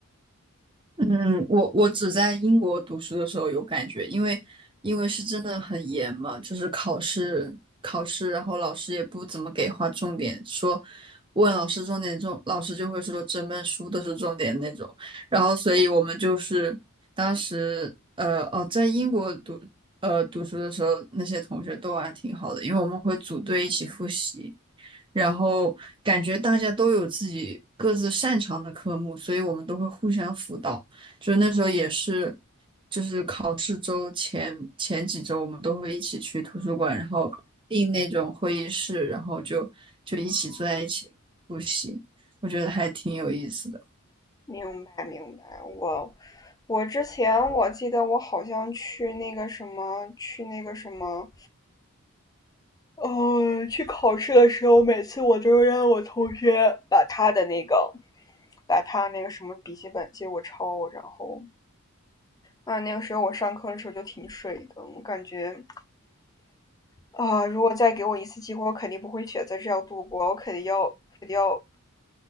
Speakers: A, on the right (about 25°); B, on the left (about 15°).
A: 嗯，我我只在英国读书的时候有感觉，因为因为是真的很严嘛，就是考试考试，然后老师也不怎么给划重点，说问老师重点重，老师就会说整本书都是重点那种。然后，所以我们就是当时呃哦，在英国读呃读书的时候，那些同学都玩挺好的，因为我们会组队一起复习。然后感觉大家都有自己各自擅长的科目，所以我们都会互相辅导。就那时候也是，就是考试周前前几周，我们都会一起去图书馆，然后订那种会议室，然后就就一起坐在一起复习。我觉得还挺有意思的。
B: 明白明白，我我之前我记得我好像去那个什么去那个什么，呃，去考试的时候，每次我都让我同学把他的那个把他那个什么笔记本借我抄，然后啊，那个时候我上课的时候就挺水的，我感觉啊，如果再给我一次机会，我肯定不会选择这样度过，我肯定要肯定要